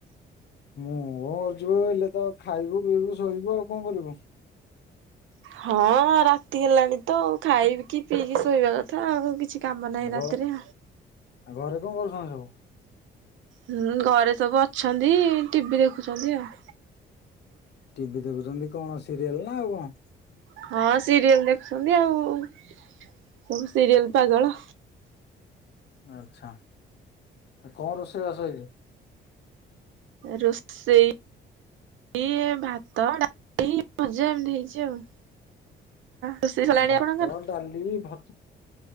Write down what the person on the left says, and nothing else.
ମୁଁ ଅର୍ଜୁ ଏଇଲେ ତ ଖାଇବୁ ପିଇବୁ ଶୋଇବୁ ଆଉ କଣ କରିବୁ?
ଘ
ଘରେ କଣ କରୁଛନ୍ତି ସବୁ?
ଟିଭି ଦେଖୁଛନ୍ତି କଣ ସିରିଏଲ ନା ଆଉ କଣ?
ଆଚ୍ଛା କଣ ରୋଷେଇ ବାସ ହେଇଛି?
ଭାତ
ଡାଲି ଭା